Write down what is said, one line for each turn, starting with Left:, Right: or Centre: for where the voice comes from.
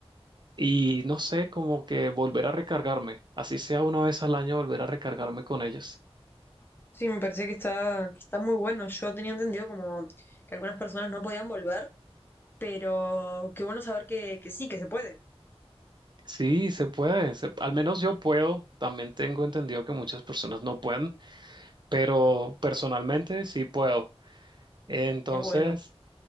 Right: y no sé, como que volver a recargarme, así sea una vez al año volver a recargarme con ellas.
Left: Sí, me parece que está, que está muy bueno. Yo tenía entendido como que algunas personas no podían volver, pero qué bueno saber que, que sí, que se puede.
Right: Sí, se puede, se- al menos yo puedo, también tengo entendido que muchas personas no pueden, pero personalmente sí puedo. Entonces,
Left: Qué bueno.